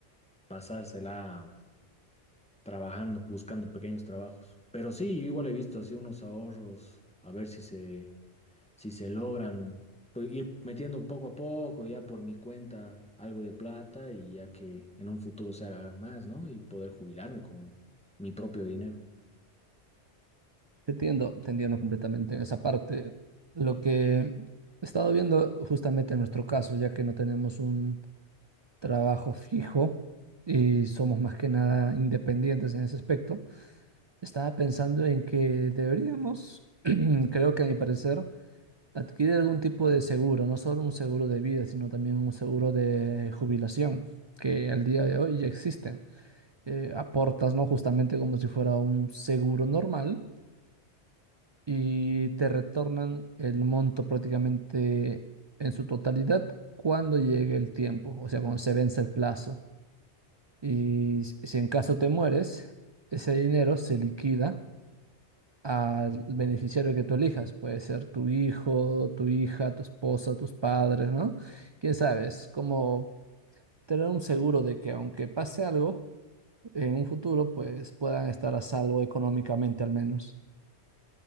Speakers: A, in the centre; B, on the right.
A: pasársela trabajando, buscando pequeños trabajos. Pero sí, yo igual he visto así unos ahorros, a ver si se si se logran pues, ir metiendo poco a poco, ya por mi cuenta, algo de plata y ya que en un futuro se haga más, ¿no? Y poder jubilarme con mi propio dinero.
B: Te entiendo, te entiendo completamente en esa parte. Lo que he estado viendo justamente en nuestro caso, ya que no tenemos un trabajo fijo y somos más que nada independientes en ese aspecto, estaba pensando en que deberíamos, <clears throat> creo que a mi parecer, adquirir algún tipo de seguro, no solo un seguro de vida, sino también un seguro de jubilación, que al día de hoy ya existen. Eh, aportas, ¿no? Justamente como si fuera un seguro normal y te retornan el monto prácticamente en su totalidad cuando llegue el tiempo, o sea, cuando se vence el plazo. Y si si en caso te mueres, ese dinero se liquida al beneficiario que tú elijas. Puede ser tu hijo, tu hija, tu esposa, tus padres, ¿no? Quién sabe, es como tener un seguro de que aunque pase algo en un futuro, pues puedan estar a salvo económicamente al menos.